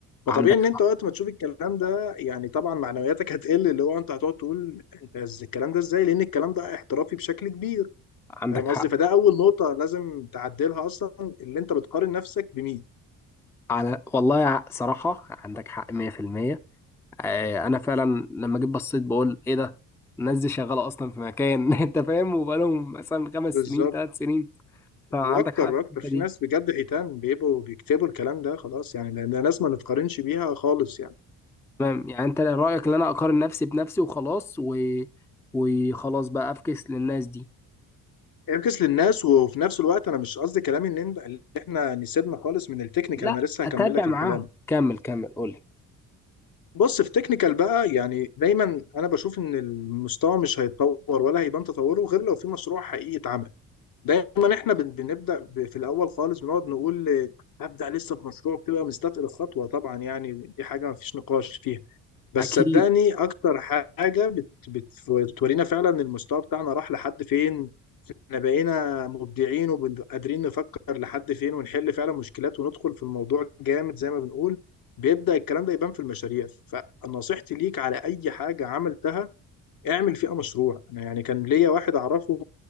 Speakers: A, on the left (about 45°); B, in the centre.
A: فطبيعي
B: عندك
A: ان انت
B: حق
A: وقت ما تشوف الكلام ده يعني طبعا معنوياتك هتقل اللي هو انت هتقعد تقول بس الكلام ده ازاي لان الكلام ده احترافي بشكل كبير
B: عندك
A: فاهم
B: حق
A: قصدي فده اول نقطه لازم تعدلها اصلا اللي انت بتقارن نفسك بمين
B: على والله يع- صراحة عندك حق 100% آه، أنا فعلا لما جيت بصيت بقول إيه ده الناس دي شغالة أصلا في مكان <laughs> أنت فاهم وبقالهم مثلا خمس
A: بالظبط
B: سنين ثلاث سنين فعندك
A: واكتر
B: حق
A: واكتر
B: في الحتة
A: في
B: دي
A: ناس بجد حيتان بيبقوا بيكتبوا الكلام ده خلاص يعني لان الناس ما نتقارنش بيها خالص يعني
B: تمام يعني أنت رأيك إن أنا أقارن نفسي بنفسي وخلاص و... وخلاص بقى أفكس للناس دي
A: انكس للناس وفي نفس الوقت انا مش قصدي كلامي ان انت- اللي احنا نسيبنا خالص من التكنيكال
B: لا
A: انا لسه هكمل
B: اتابع
A: لك
B: معاهم
A: الكلام
B: كمل كمل قولي
A: بص في تكنيكال بقى يعني دايما انا بشوف ان المستوى مش هيتطور ولا هيبان تطوره غير لو في مشروع حقيقي اتعمل دايما احنا بن- بنبدا ب- في الاول خالص بنقعد نقول آه، هبدا لسه في مشروع بتبقى مستثقل الخطوه طبعا يعني دي حاجه ما فيش نقاش فيها بس
B: اكيد
A: صدقني اكتر حاجه بت بت بتورينا فعلا المستوى بتاعنا راح لحد فين احنا بقينا مبدعين وقادرين نفكر لحد فين ونحل فعلا مشكلات وندخل في الموضوع جامد زي ما بنقول بيبدا الكلام ده يبان في المشاريع فنصيحتي ليك على اي حاجه عملتها اعمل فيها مشروع انا يعني كان ليا واحد اعرفه